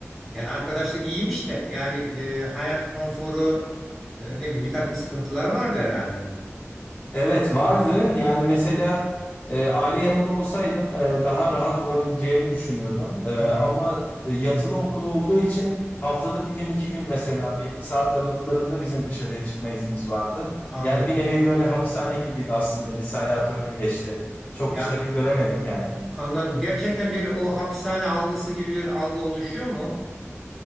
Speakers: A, in the centre; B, on the left.
A: Yani arkadaşlık iyiymiş de yani e, hayat konforu e, ne bileyim bir takım sıkıntıları vardı herhalde.
B: Evet vardı. Yani mesela e, aile yanında olsaydım e, daha rahat olabileceğimi düşünüyordum. E,
A: Hmm,
B: ama e, yatılı okul olduğu için haftada bir gün iki gün mesela belli saat aralıklarında bizim dışarıya çıkma iznimiz vardı.
A: anladım.
B: Yani bir nevi böyle hapishane gibiydi aslında. Lise hayatı öyle geçti. Çok
A: Ya
B: dışarıyı göremedik yani.
A: Anladım. Gerçekten bir o hapishane algısı gibi bir algı oluşuyor mu?